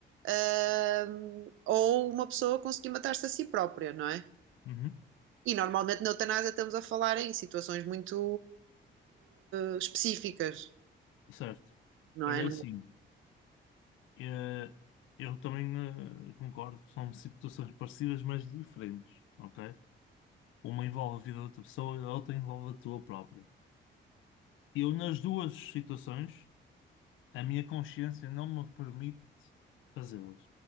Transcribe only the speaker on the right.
ahm, ou uma pessoa conseguir matar-se a si própria, não é?
E normalmente na eutanásia estamos a falar em situações muito eh, específicas,
não
é?